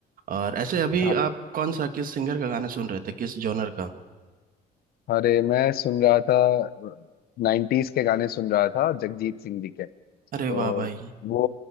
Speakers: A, on the right; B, on the left.
A: और ऐसे अभी
B: हाँ हाँ
A: आप कौन सा किस सिंगर का गाना सुन रहे थे किस जॉनर का
B: अरे मैं सुन रहा था नाइन्टीज के गाने सुन रहा था जगजीत सिंह जी के तो
A: अरे वाह भाई
B: वो